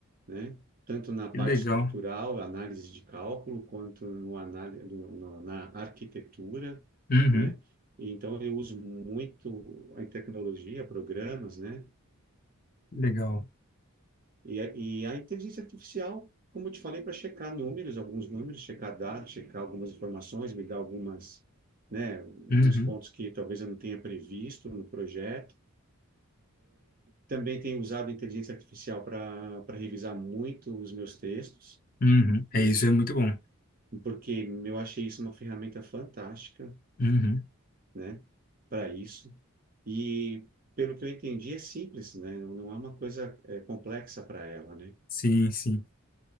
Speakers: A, on the right (about 40°); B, on the left (about 40°).
A: né? Tanto na parte
B: Que legal.
A: estrutural, análise de cálculo, quanto no anál no, no, na arquitetura,
B: Uhum,
A: né? Então, eu uso muito a tecnologia, programas, né?
B: legal.
A: E, a- e a inteligência artificial, como eu te falei, para checar números, alguns números, checar dados, checar algumas informações, me dar algumas, né, alguns
B: Uhum,
A: pontos que talvez eu não tenha previsto no projeto. Também tenho usado a inteligência artificial para para revisar muito os meus textos,
B: uhum.
A: né,
B: É isso, é muito bom.
A: porque eu achei isso uma ferramenta fantástica,
B: Uhum.
A: né, para isso. E pelo que eu entendi, é simples, né, não não é uma coisa eh, complexa para ela, né.
B: Sim, sim.